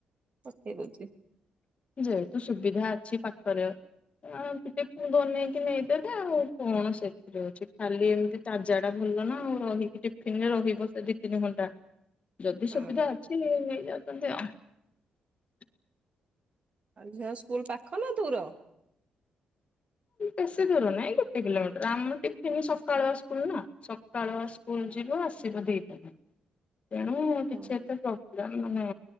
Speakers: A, on the right (about 45°); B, on the left (about 45°).
A: ପଠେଇ ଦଉଛି।
B: ଯେହେତୁ ସୁବିଧା ଅଛି ପାଖରେ ଅଁବନେଇକି ନେଇଦେବେ ଆଉ କଣ ସେଥିରେ ଅଛି ଖାଲି ଏମିତି ତାଜାଟା ଭଲ ନା ଆଉ ରହିକି ଟିଫିନରେ ରହିବ ସେ ଦି ତିନି ଘଣ୍ଟା। ଯଦି
A: ହଁ
B: ସୁବିଧା ଅଛି ନେଇଯାଅ। <unintelligible>
A: ଝିଅ ସ୍କୁଲ ପାଖ ନା ଦୂର?
B: ବେଶୀ ଦୂର ନହିଁ ଗୋଟେ କିଲୋମିଟର ଆମ ଟିଫନ୍ ସକାଳୁଆ ସ୍କୁଲ ନା ସକାଳୁ ସ୍କୁଲ ଯିବ ଆସିବ ଦୁଇଟାରେ। ତେଣୁ କିଛି
A: ହଁ
B: ଏତେ ପ <unintelligible> ମାନେ